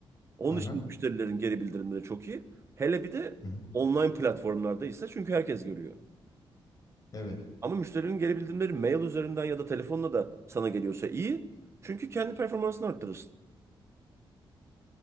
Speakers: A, on the right; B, on the left.
A: Onun
B: Hı hı.
A: için müşterilerin geri bildirimleri çok iyi. Hele bir de
B: Hı hı.
A: online platformlarda ise çünkü herkes görüyor.
B: Evet.
A: Ama müşterinin geri bildirimleri mail üzerinden ya da telefonla da sana geliyorsa iyi. Çünkü kendi performansını arttırırsın.